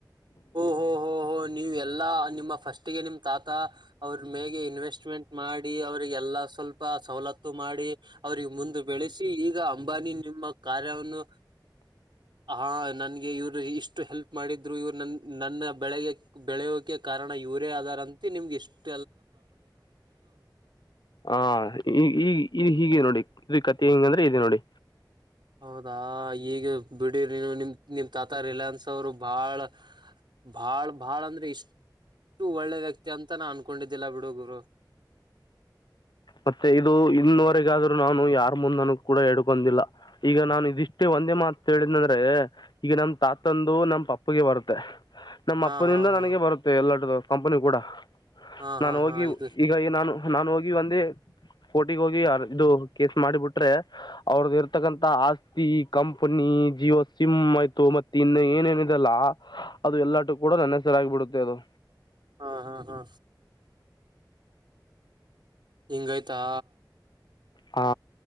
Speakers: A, on the right; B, on the left.
A: ಓಹೊ ಹೋ ನೀವೆಲ್ಲಾ ನಿಮ್ಮ ಫಸ್ಟ್ಗೆ ನಿಮ್ ತಾತ ಅವ್ರ ಮೇಗೆ ಇನ್ವೆಸ್ಟ್ಮೆಂಟ್ ಮಾಡಿ ಅವ್ರಿಗೆಲ್ಲಾ ಸ್ವಲ್ಪ ಸವಲತ್ತು ಮಾಡಿ ಅವ್ರಿಗೆ ಮುಂದೆ ಬೆಳೆಸಿ ಈಗ ಅಂಬಾನಿ ನಿಮ್ಮ ಕಾರ್ಯವನ್ನು ಆ ನನ್ಗೆ ಇವ್ರು ಇಷ್ಟು ಹೆಲ್ಪ್ ಮಾಡಿದ್ರು ಇವರು ನನ್ ನನ್ನ ಬೆಳೆಗೆ ಬೆಳೆಯೋಕೆ ಕಾರಣ ಇವರೇ ಆದಾರಂತ ನಿಮ್ಗೆ ಇಷ್ಟ್
B: ಹಾ ಈ ಈ ಈ ಹೀಗೆ ನೋಡಿ ಇಕತಿ ಹೇಳೊದಂದ್ರೆ ಇದೆ ನೋಡಿ
A: ಹೌದಾ ಈಗ ಬಿಡಿರಿ ನಿನ್ ನಿಮ್ ತಾತ ರಿಲಯನ್ಸ್ ಅವರು ಬಾಹ್ಳ ಬಾಳ್ ಬಾಳ್ ಅಂದ್ರೆ ಇಷ್ಟ್ ಇಷ್ಟು ಒಳ್ಳೆ ವ್ಯಕ್ತಿ ಅಂತ ನಾ ಅನ್ಕೊಂಡಿದ್ದಿಲ್ಲ ಬಿಡುಗುರು
B: ಮತ್ತೆ ಇದು ಇನ್ ವರೆಗಾದ್ರುನು ನಾನು ಯಾರ್ ಮುಂದನು ಕೂಡ ಹೇಡ್ಕೊಂದಿಲ್ಲ ಈಗ ನಾನು ಇದಿಷ್ಟೇ ಒಂದ್ ಒಂದೆ ಮಾತ್ ಹೇಳಿದ್ನಂದ್ರೆ ಈಗ ನಮ್ ತಾತಂದು ನಮ್ ಪಪ್ಪಗೆ ಬರುತ್ತೆ ನಮ್ಮ
A: ಹಾ
B: ಅಪ್ಪನಿಂದ
A: ಹಾ ಹಾ
B: ನನಗೆ ಬರುತ್ತೆ ಎಲ್ಲದುವೆ ಕಂಪನಿ ಕೂಡ
A: ಹಾ ಹಾ
B: ನಾನ್ ಹೋಗಿ
A: ಹಾ ಇದು
B: ಈಗ ಈ ನಾನು ನಾನು ಹೋಗಿ ಒಂದೇ
A: <unintelligible>
B: ಕೋರ್ಟಿಗೆ ಹೋಗಿ ಆರ್ ಇದು ಕೇಸ್ ಮಾಡಿಬಿಟ್ರೆ ಅವ್ರ್ದ ಇರ್ತಕ್ಕಂತ ಆಸ್ತಿ ಕಂಪನಿ ಜಿಯೋ ಸಿಮ್ ಆಯ್ತು ಮತ್ತೆ ಇನ್ನೂ ಏನೇನಿದಯಲ್ಲ ಅದು ಎಲ್ಲಾಟು ಕೂಡ ನನ್ನ ಹೆಸರ ಆಗಿಬಿಡುತ್ತೆ ಅದು
A: ಹಾಹಾ ಹಾ ಹಿಂಗಯ್ತಾ
B: ಹಾ